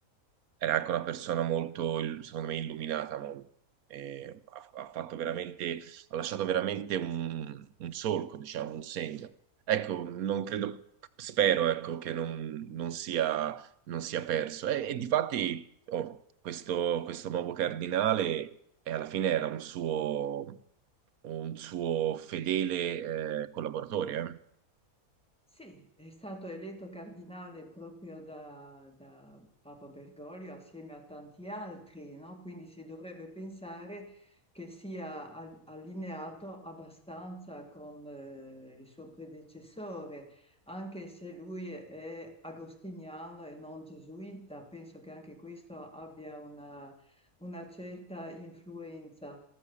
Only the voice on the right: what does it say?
Era anche una persona molto, il- secondo me, illuminata. mo- e ha, ha fatto veramente, ha lasciato veramente un, un solco, diciamo, un segno. Ecco, non credo, spero, ecco, che non, non sia, non sia perso. E, e difatti, oh, questo, questo nuovo cardinale e alla fine era un suo, un suo fedele eh, collaboratore. eh.